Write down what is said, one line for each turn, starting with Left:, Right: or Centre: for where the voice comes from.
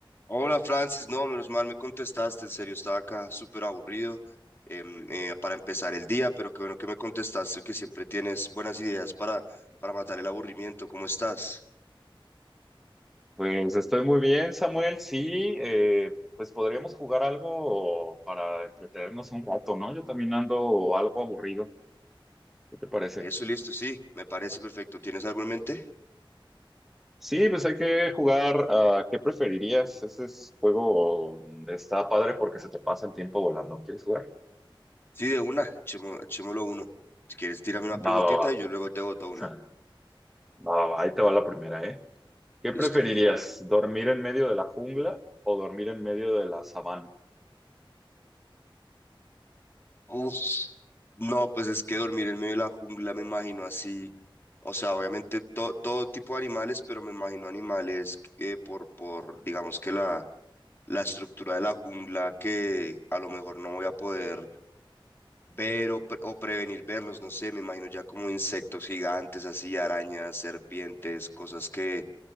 Left: Hola Francis, no, menos mal me contestaste, en serio, estaba acá súper aburrido em, eh, para empezar el día, pero qué bueno que me contestaste, que siempre tienes buenas ideas para, para matar el aburrimiento, ¿cómo estás?
Centre: Pues estoy muy bien, Samuel. Sí, eh, pues podríamos jugar algo para entretenernos un rato, ¿no? Yo también ando algo aburrido. ¿Qué te parece?
Left: Eso, listo, sí, me parece perfecto, ¿tienes algo en mente?
Centre: Sí, pues hay que jugar a ¿qué preferirías? Ese es- juego mm, está padre porque se te pasa el tiempo volando. ¿Quieres jugar?
Left: Sí, de una, echemo- echémoslo uno. Si quieres, tírame una preguntita
Centre: Va, va, va.
Left: y yo luego te boto una.
Centre: <laughs> Va, va, va. Ahí te va la primera, ¿eh? ¿Qué
Left: Listo,
Centre: preferirías?
Left: dime.
Centre: ¿Dormir en medio de la jungla o dormir en medio de la sabana?
Left: Uf, no, pues es que dormir en medio de la jungla me imagino así, o sea, obviamente to- todo tipo de animales, pero me imagino animales eh, por, por, digamos que la, la estructura de la jungla que a lo mejor no voy a poder ver o, pre- o prevenir verlos, no sé, me imagino ya como insectos gigantes, así, arañas, serpientes, cosas que